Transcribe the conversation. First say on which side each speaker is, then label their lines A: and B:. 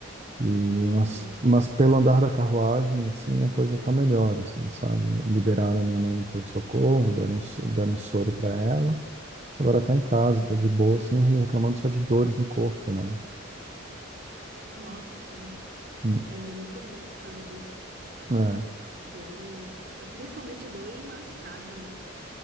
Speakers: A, on the right; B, on the right.
A: E mas,
B: sei.
A: mas pelo andar da carruagem, assim, a coisa tá melhor, assim, sabe? Liberaram a minha mãe do pronto-socorro, deram, so- deram um soro para ela. Agora tá em casa,
B: Uhum.
A: tá de boa, assim, reclamando só de dores no corpo, né?
B: Nossa, sim,
A: Hum,
B: dengue é muito ruim por causa disso.
A: É,
B: Dor, é, principalmente dor e mal-estar, né?